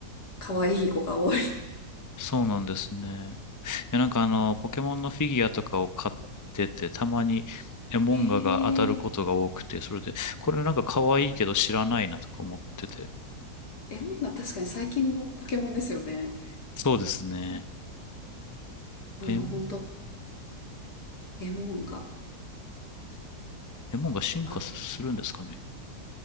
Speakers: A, on the left (about 75°); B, on the left (about 20°).
A: 可愛い子が多い。
B: そうなんですね。いや、なんかあの、ポケモンのフィギュアとかを買ってて、たまにエモンガが当たることが多くて、
A: <laughs> へえ。
B: それで、これなんか可愛いけど知らないなとか思ってて。
A: エモンガ確かに最近のポケモンですよね。
B: そうですね。
A: あの、
B: エモン、
A: 本当エモンが、
B: エモンが進化するんですかね。
A: あと、